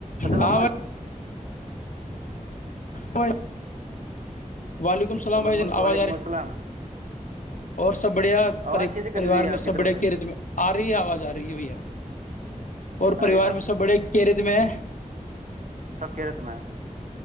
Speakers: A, on the right (about 70°); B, on the left (about 70°).
A: السلام
B: ہاں
A: علیکم
B: بھائی بھائی وعلیکم
A: ہیلو
B: اللام بھائی جان آواز
A: وعلیکم
B: آ رہی
A: السلام
B: اور سب بڑھیا
A: آواز
B: پریوار
A: کیسے کٹ رہی ہے
B: میں
A: آپ
B: سب
A: طرف
B: بڑیا
A: سے
B: کی ریت میں آ رہی ہے آواز آ رہی ہے بھیا اور پریوار
A: آ رہی ہے نا
B: میں سب بڑے کیرت میں
A: سب خیریت میں